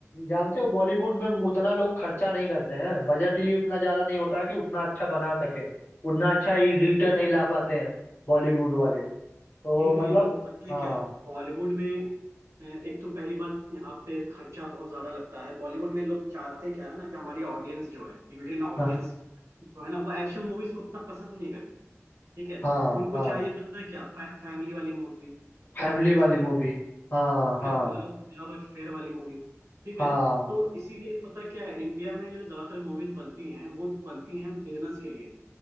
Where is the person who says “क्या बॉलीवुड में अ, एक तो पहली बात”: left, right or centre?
Right